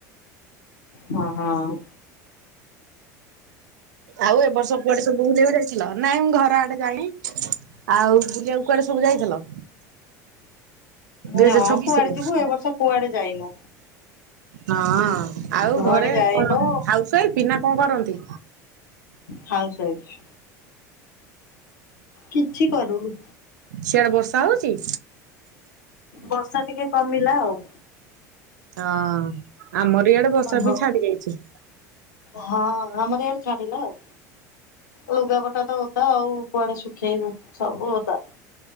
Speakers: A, on the left; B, on the right.
A: ହଁ ହଁ।
B: ଆଉ ଏ ବର୍ଷ କୁଆଡେ ସବୁ ବୁଲିବାକୁ ଯାଇ ଥିଲ। ନାଇଁ ମୁଁ ଘର ଆଡେ ଯାଇନି। ଆଉ ବୁଲିବା କୁ କୁଆଡେ ସବୁ ଯାଇଥିଲ? ଦୁଇ
A: ନା
B: ହଜାର ଛବିସ୍
A: କୁଆଡେ
B: ରେ?
A: ଯିବୁ ଏ ବର୍ଷ କୁଆଡେ ଯାଇନୁ
B: ହଁ। ଆଉ
A: କୁଆଡେ
B: ଘରେ
A: ଯାଇନୁ
B: କଣ? ହାଉସ୍ ୱାଇଫ୍ ନା କଣ କରନ୍ତି?
A: Housewife. କିଛି କରୁନି।
B: ସିଆଡେ ବର୍ଷା ହେଉଛି?
A: ବର୍ଷା ଟିକେ କମିଲା ଆଉ।
B: ହଁ ଆମର ଇଆଡେ ବର୍ଷା
A: ଓହୋ
B: ବି ଛାଡି ଯାଇଛି।
A: ହଁ ଆମର ଇଆଡେ ଛାଡିଲା ଆଉ। ଲୁଗାପଟା ତ ଓଦା ଆଉ କୁଆଡେ ଶୁଖେଇ ବୁ ସବୁ ଓଦା।